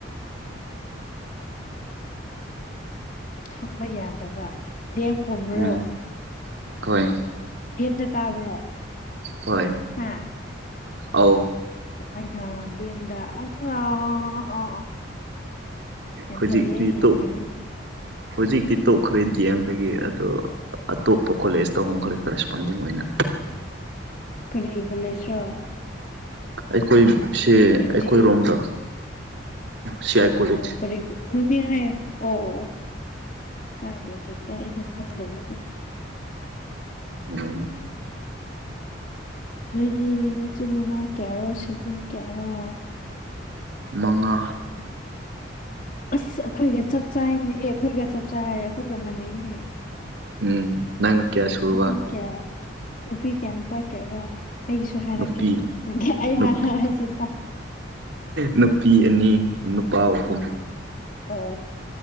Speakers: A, on the left; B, on the right.
A: <inaudible> ꯊꯝꯕ ꯌꯥꯗꯕ ꯗꯦꯝ ꯄꯣꯃꯨꯔꯣ
B: ꯎꯝ ꯍꯣꯏ
A: ꯅ ꯀꯥꯕ꯭ꯔꯣ
B: ꯍꯣꯏ
A: ꯍꯥ
B: ꯑꯧ
A: ꯑꯗ ꯑꯗ꯭ꯔ ꯑ ꯌꯥꯝ
B: ꯍꯧꯖꯤꯛꯇꯤ
A: ꯐꯥꯏꯌꯦ ꯌꯥꯝ
B: ꯇꯣꯛ
A: ꯐꯩꯌꯦꯦ
B: ꯍꯧꯖꯤꯛꯇꯤ ꯇꯣꯛꯈ꯭ꯔꯦ ꯗꯤ ꯑꯦꯝꯗꯒꯤ ꯑꯗꯣ ꯑꯇꯣꯞꯄ ꯀꯣꯂꯦꯖ ꯇ ꯍꯣꯡꯈ꯭ꯔꯦ ꯀꯔꯦꯁꯄꯣꯟꯗꯤꯡ ꯑꯣꯏꯅ
A: ꯀꯔꯤ ꯀꯂꯦꯁ꯭ꯔꯣ
B: ꯑꯩꯈꯣꯏꯁꯦ ꯑꯩꯈꯣꯏꯔꯣꯝꯗ
A: ꯖꯤ
B: ꯁꯤ ꯑꯥꯏ ꯀꯣꯂꯦꯖ
A: ꯑꯣ ꯈꯔꯤ ꯃꯃꯤ ꯍꯥꯏ ꯑꯣ ꯑꯗꯨꯗꯩꯗ ꯑꯩꯁꯦ ꯈꯪꯗꯕꯒ
B: ꯎꯝ
A: ꯅꯣꯏꯗꯤ ꯅꯆꯤꯟ ꯏꯅꯥꯎ ꯀꯌꯥꯔꯣ ꯁꯤꯕꯂꯤꯡ ꯀꯌꯥꯔꯣ
B: ꯃꯉꯥ
A: ꯑꯁ ꯑꯩꯈꯣꯏꯒ ꯆꯞ ꯆꯥꯅꯦ ꯑꯦ ꯑꯩꯈꯣꯏꯒ ꯆꯞ ꯆꯥ ꯍꯥꯏꯌꯦ ꯑꯩꯈꯣꯏꯒ ꯃꯥꯟꯅꯩꯅꯦ
B: ꯎꯝ ꯅꯪꯅ ꯀꯌꯥ ꯁꯨꯕ
A: ꯅꯨꯄꯤ ꯀꯌꯥ ꯅꯨꯄꯤ ꯀꯌꯥ ꯅꯨꯄꯥ ꯀꯌꯥꯔꯣ ꯑꯩꯒꯤꯁꯨ ꯍꯥꯏꯔꯛꯀꯦ
B: ꯅꯨꯄꯤ
A: ꯅꯪ ꯑꯩ
B: ꯅꯨꯄꯤ
A: ꯍꯥꯏꯁꯦ ꯇ
B: ꯅꯨꯄꯤ ꯑꯅꯤ ꯅꯨꯄꯥ ꯑꯍꯨꯝ
A: ꯑꯣ ꯑꯣ